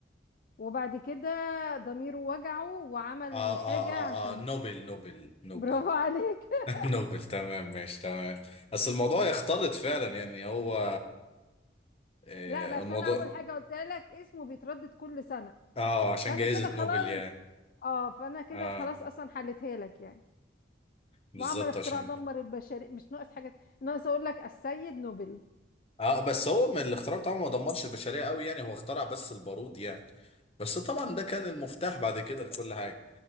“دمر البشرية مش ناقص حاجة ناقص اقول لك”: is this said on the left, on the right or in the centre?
Left